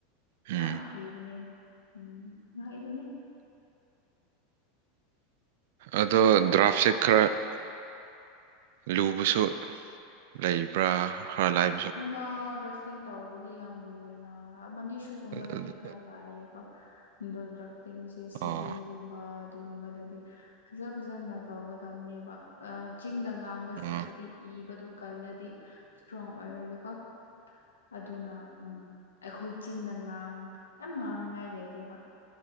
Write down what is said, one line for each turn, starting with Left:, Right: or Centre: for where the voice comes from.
Right: ꯎꯝ
Left: ꯌꯥꯝ ꯍꯩꯕꯅꯦ ꯎꯝ ꯍꯩꯕꯅꯦ
Right: ꯑꯗꯣ ꯗ꯭ꯔꯥꯐꯁꯦ ꯈꯔ ꯂꯨꯕꯁꯨ ꯂꯩꯕ꯭ꯔꯥ ꯈꯔ ꯂꯥꯏ
Left: ꯍꯣꯏꯅ ꯗ꯭ꯔꯐꯇꯤꯡ ꯇꯧꯕꯗꯤ ꯌꯥꯝ ꯂꯨꯑꯦꯅꯅꯤ ꯒꯨꯝꯕꯒꯤꯗꯤ
Right: ꯑꯗꯨ
Left: ꯈꯔ ꯂꯥꯛꯑꯀꯣ ꯑꯗꯨ ꯗ꯭ꯔꯥꯇꯤꯡꯁꯦ ꯁꯤꯚꯜꯒꯨꯝ
Right: ꯑꯣ
Left: ꯑꯗꯨꯒꯨꯝꯕꯗꯗꯤ ꯐꯖ ꯐꯖꯅ ꯇꯧꯒꯗꯕꯅꯦꯕ ꯆꯤꯟꯗ ꯉꯥꯡꯕ
Right: ꯎꯝ
Left: ꯁꯔꯨꯛꯄꯨꯗꯤ ꯏꯕꯗꯣ ꯀꯜꯂꯗꯤ ꯏꯁꯇ꯭ꯔꯣꯡ ꯑꯣꯏꯔꯗꯤꯀꯣ ꯑꯗꯨꯅ ꯎꯝ ꯑꯩꯈꯣꯏ ꯆꯤꯟꯗ ꯉꯥꯡ ꯌꯥꯝ ꯉꯥꯡꯅꯤꯉꯥꯏ ꯂꯩꯗꯦꯕ